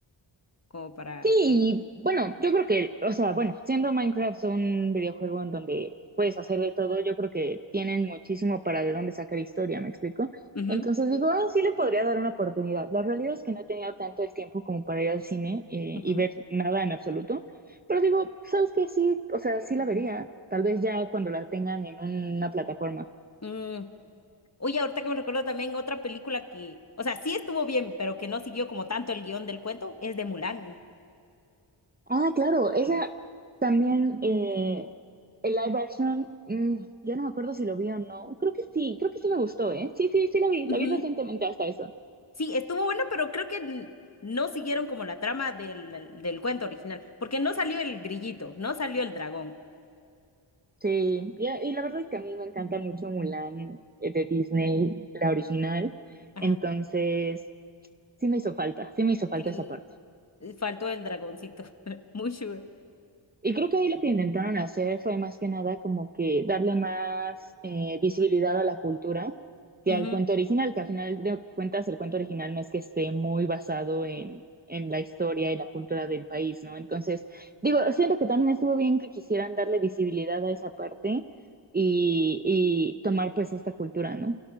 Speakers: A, on the left; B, on the right.
A: como para
B: Sí, y
A: que...
B: bueno, yo creo que, o sea, bueno, siendo Minecraft un videojuego en donde puedes hacer de todo, yo creo que tienen muchísimo para de dónde sacar historia, ¿me explico?
A: Ujú,
B: Entonces digo, ah, sí le podría dar una oportunidad. La realidad es que no he tenido tanto el tiempo como para ir al cine eh,
A: ujú.
B: y ver nada en absoluto, pero digo, ¿sabes qué? Sí, o sea, sí la vería, tal vez ya cuando la tengan en una plataforma.
A: Mm, Oye, ahorita que me recuerdo también otra película que, o sea, sí estuvo bien, pero que no siguió como tanto el guión del cuento, es de Mulan, ¿no?
B: Ah, claro, esa también, eh, el live action, mm, ya no me acuerdo si lo vi o no. Creo que sí, creo que sí me gustó, ¿eh? Sí, sí, sí lo vi,
A: Ujú.
B: la vi recientemente hasta eso.
A: Sí, estuvo bueno, pero creo que n- no siguieron como la trama del, del cuento original, porque no salió el grillito, no salió el dragón.
B: Sí, y, y la verdad es que a mí me encanta mucho Mulan eh, de Disney, la original.
A: Ajá.
B: Entonces, sí me hizo falta, sí me hizo falta
A: Sí,
B: esa parte.
A: eh, faltó el dragoncito, <laughs> Mushu.
B: Y creo que ahí lo que intentaron hacer fue más que nada como que darle más eh, visibilidad a la cultura
A: Ujú.
B: que al cuento original, que al final de cuentas el cuento original no es que esté muy basado en, en la historia y la cultura del país, ¿no? Entonces, digo, siento que también estuvo bien que quisieran darle visibilidad a esa parte y, y tomar pues esta cultura, ¿no?